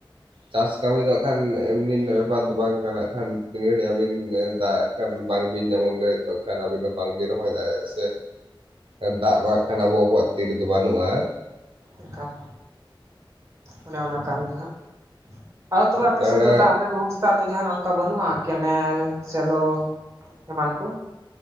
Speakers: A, on the right; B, on the right.
A: ᱪᱟᱥ ᱠᱟᱹᱢᱤ ᱫᱚ ᱦᱟᱸᱜ ᱠᱷᱟᱱ ᱮᱢᱱᱤ ᱱᱟᱜ ᱵᱮᱯᱟᱨ ᱫᱚ ᱵᱟᱝ ᱠᱟᱱᱟ ᱦᱟᱸᱜ ᱠᱷᱟᱱ ᱛᱤᱱ ᱜᱷᱟᱲᱤᱡ ᱟᱹᱵᱤᱱ ᱫᱟᱜ ᱠᱷᱟᱱ ᱵᱟᱝ ᱵᱤᱱ ᱧᱟᱢᱟ ᱩᱱ ᱜᱷᱟᱱᱤᱡ ᱛᱚ ᱠᱷᱟᱱ ᱟᱵᱤᱱ ᱦᱚᱸ ᱵᱟᱝ ᱵᱤᱱ ᱨᱚᱦᱚᱭ ᱫᱟᱲᱜ ᱟᱥᱮ᱾ ᱫᱟᱜ ᱵᱟ ᱠᱷᱟᱱ ᱟᱵᱚ ᱠᱚᱣᱟᱜ ᱛᱤᱨᱮᱫᱚ ᱵᱟᱹᱱᱩᱜᱼᱟ,
B: ᱮᱠᱟᱞ ᱚᱱᱮ ᱚᱱᱟ ᱠᱟᱱ ᱜᱮᱭᱟ ᱦᱟᱸᱜ᱾ ᱟᱨ ᱛᱚᱵᱮ ᱟᱯᱮᱥᱮᱫ
A: ᱛᱟᱦᱚᱞᱮ
B: ᱫᱚ ᱫᱟᱜ ᱨᱮᱱᱟᱜ ᱵᱮᱵᱚᱥ ᱛᱷᱟ ᱫᱚ ᱡᱟᱦᱟᱱᱟᱜ ᱚᱱᱠᱟ ᱵᱟᱹᱱᱩᱜᱼᱟ ᱠᱮᱱᱮᱞ ᱥᱮᱞᱚ ᱮᱢᱟᱱ ᱠᱚ?